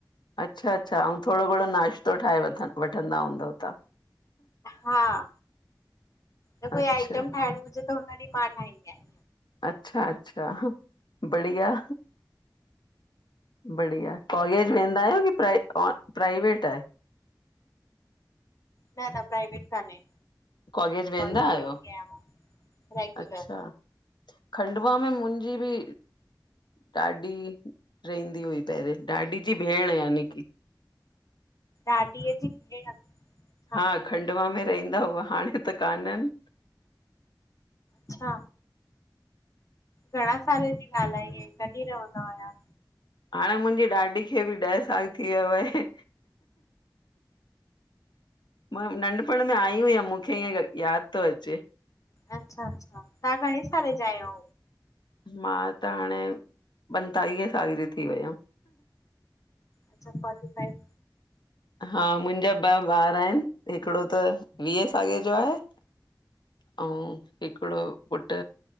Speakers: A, on the left; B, on the left.
A: अच्छा-अच्छा अउ थोणो घणो नाश्तो ठाहे वठंदा हूंदव ता?
B: हा, न कोई
A: अच्छा
B: आइटम ठाहिणो हुजे त हुन ॾींहुं मां ठाहींदी आहियां।
A: अच्छा-अच्छा बढ़िया। बढ़िया कॉलेज वेंदा आयो की प्राइवे ओन प्राइवेट आ?
B: न-न प्राइवेट कान्हे।
A: कॉगेज वेंदा
B: कॉलेज
A: आहियो
B: वेंदी आहियां मां रेगुलर
A: अच्छा। खंडवा में मुंहिंजी ॿि? ॾाॾी रहंदी हुई पहिरें, ॾाॾी जी भेण याननि की।
B: ॾाॾीअ जी भेण अच्छा
A: हा खंडवा में रहंदा हुआ हाणे त कानन।
B: अच्छा घणा साल जी ॻाल्हि आई आ कॾहिं रहंदा हुया?
A: हाणे मुंहिंजी ॾाॾी खे ॿि ॾह साल थी थीवया वये। मां नंढपण में आई हुयमि मूंखे ईअ यादि थो अचे।
B: अच्छा-अच्छा तव्हां घणे साले जा आयो?
A: मां त हाणे पंतालीह साल जी थी वियम।
B: अच्छा फोटी फाइव।
A: हा मुंहिंजा ॿ ॿार आहिनि हिकिड़ो त वीह सॻे जो आहे। ऐं हिकड़ो पुट